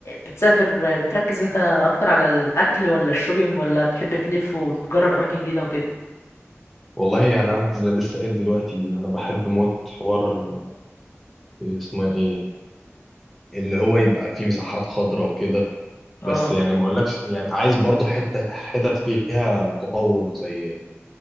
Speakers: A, on the left; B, in the centre.
A: بتسافر بتركز انت اكتر على الاكل ولا الشوبينج ولا بتحب تلف وتجرب اماكن جديده وكده
B: والله يعني انا زي لسه قايل دلوقتي انا بحب موت حوار إيه اسمه ايه اللي هو يبقى فيه مساحات خضراء وكده بس
A: اه
B: يعني ما اقولكش يعني عايز برضو حته حتت فيها تطور زي